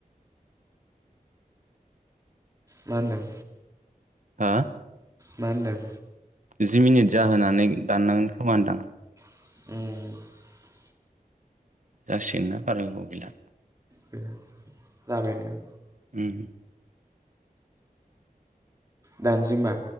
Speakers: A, on the right; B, on the right.
A: मा होनदों?
B: हा
A: मा होनदों?
B: जि मिनिट जाहोनानै दाननांगोन खोमा होनदां।
A: उम
B: जासिगोन ना बारा गोबाव गैला।
A: बेनो जाबायानो
B: उम
A: दानसि होमा